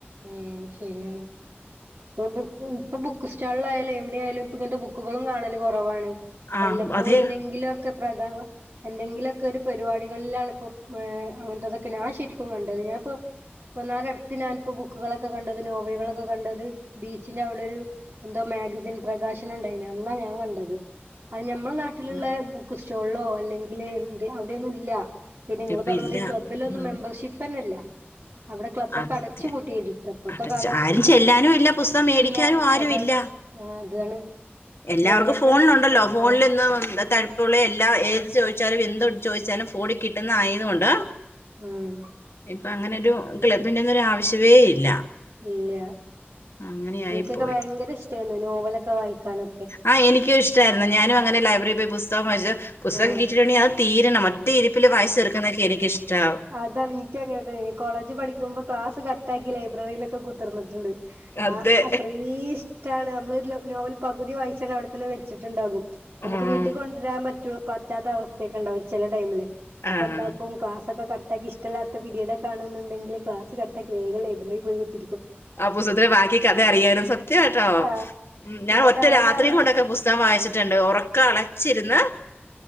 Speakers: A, on the right (about 70°); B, on the left (about 70°).
A: ഉം ശരിയാണ് ഇപ്പൊ ബുക്ക് ഇപ്പൊ ബുക്ക് സ്റ്റാളിലായാലും എവിടെ ആയാലും ഇപ്പ ഇങ്ങൻത്തെ ബുക്കുകളും കാണൽ കുറവാണ്
B: ആ
A: വല്ലപ്പോഴും
B: അതെ
A: എന്തെങ്കിലൊക്കെ പ്രകാവ എന്തെങ്കിലൊക്കെ ഒരു പരിപാടികളിലാണ് ഇപ്പോ ഏഹ് അങ്ങൻത്തതൊക്കെ ഞാൻ ശരിക്കും കണ്ടത് ഞാൻ ഇപ്പോ ഇപ്പെന്നാരട്ത്ത് ഞാൻ ഇപ്പൊ ബുക്കുകളൊക്കെ കണ്ടത് നോവലുകളൊക്കെ കണ്ടത് ബീച്ചിന്റെ അവിടെ ഒരു എന്തോ മാഗസിൻ പ്രകാശ ത്തിന്ണ്ടയ്നി അന്നാ ഞാൻ കണ്ടത് അത് ഞമ്മുടെ നാട്ടിലുള്ള
B: ആ
A: ബുക്സ്റ്റോളിലോ അല്ലെങ്കിൽ എന്ത് അവിടെയൊന്നും ഇല്ല പിന്നെ നിങ്ങള്
B: ഇപ്പ
A: പർഞ്ഞ
B: ഇല്ല
A: മാതിരി ക്ലബ്ബിലൊന്നും
B: ഉം
A: മെമ്പർഷിപ്പന്നെല്ല അവിടെ കുബ്ബാക്കെ
B: അതെ
A: അട ച്ച് പൂട്ടിയിരിക്ക ഇപ്പത്തെ
B: അടച്ച
A: കാലം
B: ആരും
A: അ
B: ചെല്ലാനും ഇല്ല പുസ്തകം മേടിക്കാനും
A: ഇല്ല
B: ആരും
A: അതാണ്
B: ഇല്ല
A: ആഹ് അതാണ്
B: എല്ലാവർക്കും
A: ഞാനൊക്കെ
B: ഫോണിലുണ്ടല്ലോ ഫോണിൽ
A: ആഹ്
B: ഇന്ന് എന്താ ത ഉള എല്ലാം ഏത് ചോദിച്ചാലും എന്ത് ചോദിച്ചാലും ഫോണി കിട്ടുന്ന ആയതുകൊണ്ട്
A: ഉം
B: ഇപ്പൊ അങ്ങനെ ഒരു ക്ലബ്ബിന്റെ ഒന്നൊരു ആവശ്യവേ ഇല്ല
A: ഇല്ല
B: അങ്ങനെയായി
A: എനിക്കൊക്കെ
B: പോയി
A: ഭയങ്കര ഇഷ്ടായിരുന്നു നോവലൊക്കെ വായിക്കാന്
B: ആ എനിക്ക് ഇഷ്ടാര്ന്നു ഞാനു അങ്ങനെ ലൈബറി പോയി പുസ്തകം വായ്ച്ച് പുസ്തകം
A: ആഹ്
B: കിട്ടിട്ടുണ്ടെങ്കിൽ അത് തീരണം ഒറ്റ ഇരിപ്പില് വായ്ച്ച് തീർക്കാ <unintelligible> എനിക്കഷ്ടം
A: അതാ നിനിക്ക അങ്ങനെ തന്നെ കോളേജ് പഠിക്കുമ്പോ ക്ലാസ് കട്ടാക്കി ലൈബ്രറിയിലൊക്കെ കുത്തർന്ന്ട്ട്ണ്ട്
B: അതെ
A: ആ അത്രേയും ഇഷ് ടാണ് നമ്മള് നോവൽ പകുതി വായിച്ചാണ് അവ്ടെ തന്നെ വെച്ചിട്ടുണ്ടാകും നമുക്ക്
B: ഉം
A: വീ ട്ട് കൊണ്ട്രാൻ പറ്റ പറ്റാത്ത അവസ്ഥയൊക്കെ ഉണ്ടാവും ചെല ടൈമില് അപ്പൊ
B: ആഹ്
A: എന്താക്കും ഉം ക്ലാസൊക്കെ കട്ടാക്കി ഇഷ്ടല്ലാത്ത പിരീഡക്കാണെന്നുണ്ടെങ്കിൽ ക്ലാസ് കട്ടാക്കി വേഗം ലൈബ്രറി പോയി ത്തിരിക്കും
B: ആ പുസ്തകത്തിൻ്റെ ബാക്കി കഥ അറിയാനും സത്യാ ട്ടോ
A: ആഹ്
B: ഉം ഞാൻ
A: എന്നിട്ട്
B: ഒറ്റ
A: ആരും
B: രാത്രി
A: അറിയാ
B: കൊണ്ടൊക്കെ പുസ്തകം വായിച്ചിട്ടുണ്ട് ഉറക്കം അളച്ചിരുന്ന്